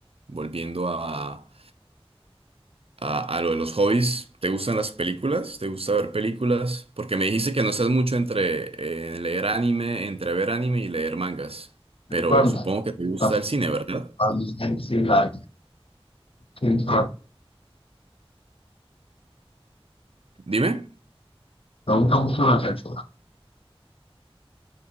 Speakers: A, on the right; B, on the left.
A: volviendo a... a, a lo de los hobbies, ¿te gustan las películas? ¿Te gusta ver películas? Porque me dijiste que no estás mucho entre eh, leer anime, entre ver anime y leer mangas, pero
B: cuando
A: supongo que te gusta
B: para
A: el cine, ¿verdad?
B: mí es la gente
A: Dime,
B: me mucho la censura,